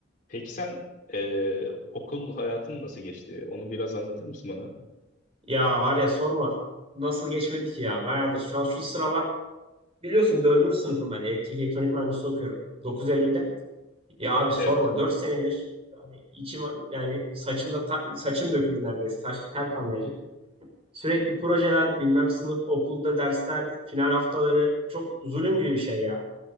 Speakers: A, on the left; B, on the right.
A: Peki sen e, okul hayatın nasıl geçti? Onu biraz anlatır mısın bana?
B: Ya var ya sorma. Nasıl geçmedi ki ya? Bayağıdır. Şu an şu sıralar biliyorsun dördüncü sınıfım ben. Elektrik elektronik mühendisliği okuyorum. 9 Eylül'de. Ya abi sorma.
A: Evet.
B: dört senedir yani içim yani saçımda ta- saçım döküldü neredeyse. Saç tel kalmayacak. Sürekli projeler, bilmem sınıf, okulda dersler, final haftaları çok zulüm gibi bir şey ya.